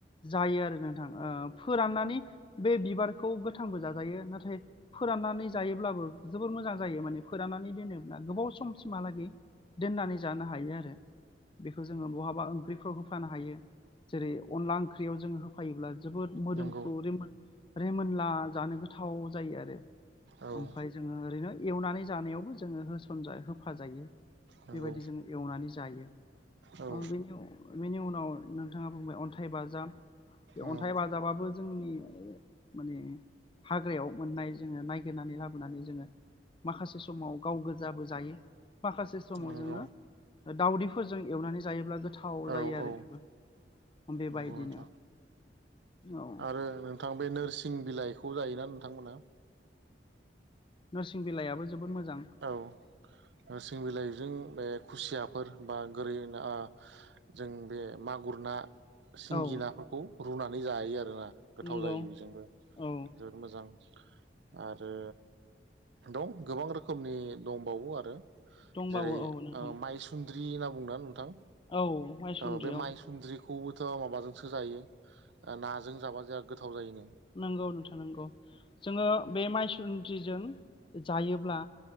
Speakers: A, on the left; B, on the right.
A: जायो आरो नोंथां ओ फोराननानै बे बिबारखौ गोथांबो जाजायो नाथाय फो राननानै जायोब्लाबो जोबोर मोजां जायो माने फोराननानै दोनोब्ला गोबाव सम सिमहालागै दोननानै जानो हायो आरो बेखौ जोङो बहाबा ओंख्रिफ्राव होफानो हायो। जेरै अनला ओंख्रियाव जोङो होफायोब्ला जोबोद मोदोमफ्रु
B: नंगौ
A: रिमोन रेमोनला जानो गोथाव जायो आरो
B: औ नंगौ नोंथां नंगौ औ
A: ओमफ्राय जोङो ओरैनो एवनानै जानायावबो जोङो होसन जा होफाजायो
B: नंगौ
A: बेबायदि जो एवनानै जायो।
B: औ
A: ओ बेनि बेनि उनाव नोंथाङा बुंबाय अनथाइ बाजाब। बे
B: ओम
A: अनथाइ बाजाबाबो जोंनि माने हाग्रायाव मोननाय जोङो नायगिरनानै लाबोनानै जोङो माखासे समाव गाव गोजाबो जायो माखासे समाव
B: नंगौ
A: जोङो दाउदैफोरजों एवनानै जायोब्ला गोथाव
B: औ
A: जायो आरो
B: औ
A: बेबो। बेबायदिनो
B: नंगौ नोंथां
A: औ
B: आरो नोंथां बे नोरसिं बिलाइखौ जायोना नोंथांमोना।
A: नोरसिं बिलाइयाबो जोबोद मोजां।
B: औ नोरसिं बिलाइजों बे खुसियाफोर बा गोरै ना जों बे मागुर ना सिंगि
A: औ
B: नाफोरखौ रुनानै जायो आरोना गोथाव
A: नंगौ
B: जायो बेजोंबो।
A: औ
B: जोबोद मोजां। आरो दं गोबां रोखोमनि दंबावो आरो
A: दंबावो
B: जेरै ओ
A: औ नोंथां
B: माइसुन्द्रि होनना बुङो नोंथां।
A: औ माइसुन्द्रियाव
B: औ बे माइ सुन्द्रिखौबोथ' माबाजोंसो जायो नाजों जाबा जों गोथाव जायो नो।
A: नंगौ नोंथां नंगौ जोङो बे माइसुन्द्रिजों जायोब्ला।